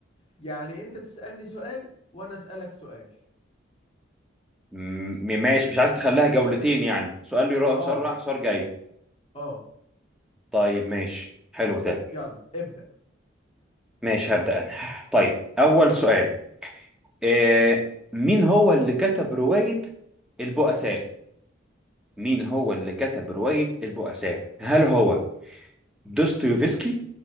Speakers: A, on the left; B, in the centre.
A: يعني انت تسألني سؤال وانا أسألك سؤال
B: م- ماشي مش عايز تخليها جولتين يعني سؤال يروح
A: اه
B: سؤال راح سؤال جاي
A: اه
B: طيب ماشي حلو ده
A: يلا ابدأ
B: ماشي هبدأ أنا طيب أول سؤال آه مين هو اللي كتب رواية البؤساء؟ مين هو اللي كتب رواية البؤساء؟ هل هو دوستويفسكي